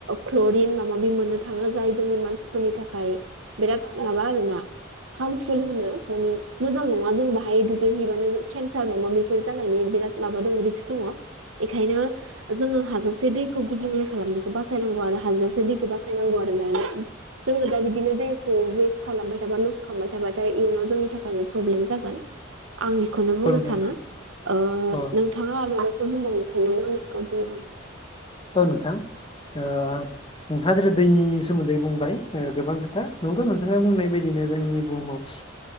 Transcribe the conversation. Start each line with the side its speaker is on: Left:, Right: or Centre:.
Right: क्लरिन माबा माबि मोननो थाङो जाय जोंनि मानसिफोरनि थाखाय बिराद माबा आरोना हार्मफुल होनो माने मोजां नङा जों बाहाय दुगैहैबानो केन्सार माबा माबि बेफोर जानायनि बिराद माबा दङ रिक्स दङ बेखायनो जोङो हाजासे दै खौ गुबुंले खालामनायखौ बासायनांगौ आरो हाजाबसो दैखौ बासायनांगौ आरो जोङो दा बि बिदिनो दैखौ वेस्ट खालामबाय थाबा लस खालामबाय थाबाथाय इयुनाव जोंनि थाखायनो प्रब्लेम जागोन आं बेखौनो बुंनो
Left: नोंथां
Right: सानो ओ
Left: अ
Right: नों थाङा आरो माबाफोर होनबावनो सानदोंबा आंनि सिगाङाव बुंनो हागोन
Left: औ नोंथां ओ नोंथाङा जेरै दैनि सोमोन्दै बुंबाय ओ गोबां खोथा नंगौ नोंथाङा बुंनाय बायदिनो जोंनि बुहुमाव